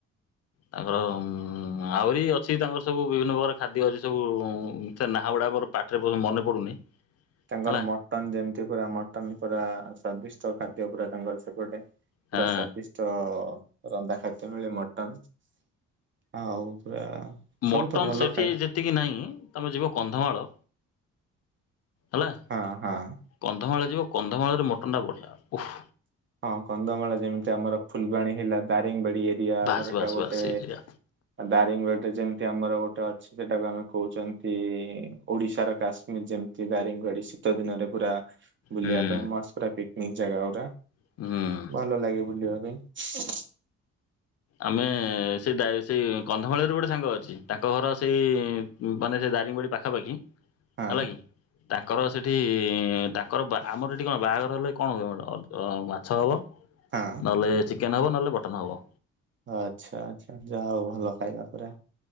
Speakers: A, on the left; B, on the right.
A: ତାଙ୍କର ଉ ଆହୁରି ଅଛି ତାଙ୍କର ସବୁ ବିଭିନ୍ନ ପ୍ରକାର ଖାଦ୍ୟ ଅଛି ସବୁ ସେ ନା ଗୁଡା ମୋର ପାଟିରେ ପଶୁନି ମନେ ପଡୁନି।
B: ତାଙ୍କର
A: ହେଲା
B: ମଟନ ଯେମିତି ପୁରା ମଟନ ପୁରା ସ୍ଵାଦିଷ୍ଟ ଖାଦ୍ୟ ପୁରା ତାଙ୍କର ସେପଟେ। ପୂରା
A: ହଁ
B: ସ୍ୱାଦିଷ୍ଟ। ତ ରନ୍ଧା ଖାଦ୍ୟ ମିଳେ ମଟନ ଆଉ ପୁରା। ସବୁ
A: ମଟନ୍
B: ତ ଭଲ
A: ସେଠି
B: ଖାଏ
A: ଯେତିକି ନାହିଁ ତମେ ଯିବ କନ୍ଧମାଳ ହେଲା।
B: ହଁ ହଁ।
A: କନ୍ଧମାଳ ଯିବ କନ୍ଧମାଳରେ ମଟନ ଟା ବଢିଆ ଓଃ
B: ହଁ କନ୍ଧମାଳ ଯେମିତି ଆମର ଫୁଲବାଣୀ ହେଲା ଦାରିଙ୍ଗବାଡି ଏରିଆ
A: ବାସ୍
B: ଆମର ଏଇଟା
A: ବାସ୍
B: ଗୋଟେ
A: ବାସ୍ ସେଇ ଜାଗା
B: ଦାରିଙ୍ଗ ବାଡ଼ି ଯେମିତି ଆମର ଗୋଟେ ଅଛି ସେଟାକୁ ଆମେ କହୁଛନ୍ତି ଓଡିଶାର କାଶ୍ମୀର ଯେମିତି ଦାରିଙ୍ଗବାଡି ଶୀତ ଦିନରେ ପୁରା। ବୁଲିବା
A: ହୁଁ।
B: ପାଇଁ ମସ୍ତ ପୁରା ପିକନିକ ଜାଗା ଗୁରା।
A: ହୁଁ।
B: ଭଲ ଲାଗେ ବୁଲିବା ପାଇଁ।
A: ଆମେ ସେ ଦାରି ସେଇ କନ୍ଧମାଳରେ ଗୋଟେ ସାଙ୍ଗ ଅଛି ତାଙ୍କ ଘର ସେଇ ମାନେ ସେ ଦାରିଙ୍ଗବାଡି ପାଖାପାଖି
B: ହଁ
A: ହେଲା କି। ତାଙ୍କର ସେଠି ତାଙ୍କର ଆମର ଏଠି କଣ ବାହାଘର ହେଲେ କଣ ହବ ମାଛ ହବ।
B: ହଁ।
A: ହାଲୋ ଚିକେନ ହବ ନହେଲେ ମଟନ ହବ।
B: ଆଚ୍ଛା ଆଚ୍ଛା, ଯାହା ହଉ, ଭଲ ଖାଇବା ପୁରା।